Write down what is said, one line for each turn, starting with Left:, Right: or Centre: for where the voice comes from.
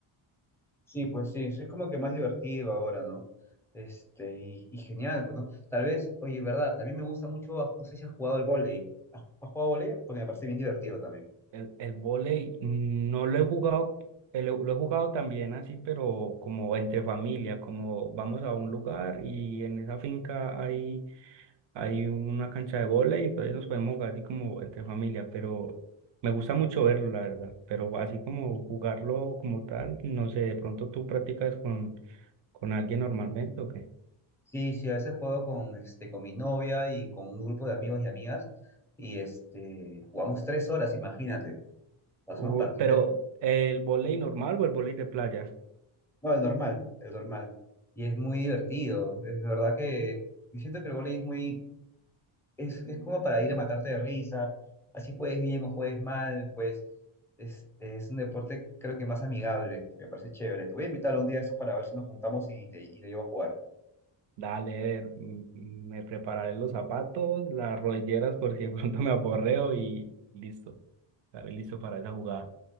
Centre: Sí, pues sí, sí, es como que más divertido ahora, ¿no? Este, y, y genial, pues, ¿no? Tal vez, oye, verdad, también me gusta mucho, ah, no sé si has jugado el vóley. ¿Has, has jugado vóley? Porque me parece bien divertido también.
Right: El, el vóley mm, no lo he jugado, el- lo he jugado también así, pero como entre familia, como vamos a un lugar y en esa finca hay, hay una cancha de vóley, entonces nos podemos jugar así como entre familia, pero me gusta mucho verlo, la verdad, pero así como jugarlo como tal, no sé, de pronto tú practicas con, con alguien normalmente o qué.
Centre: Sí, sí, a veces juego con, este, con mi novia y con un grupo de amigos y amigas, y este, jugamos tres horas, imagínate. Hacemos
Right: Uy,
Centre: partidos
Right: pero
Centre: de...
Right: el vóley normal o el vóley de playa.
Centre: No, el normal, el normal. Y es muy divertido, es verdad que... Yo siento que el vóley es muy, es, es como para ir a matarte de risa, así juegues bien o juegues mal, pues este, es un deporte creo que más amigable, y me parece chévere. Te voy a invitar un día a eso para ver si nos juntamos y te, y te llevo a jugar.
Right: Dale, mm, mm, me prepararé los zapatos, las rodilleras por si de pronto me aporreo y listo. Estaré listo para esa jugada.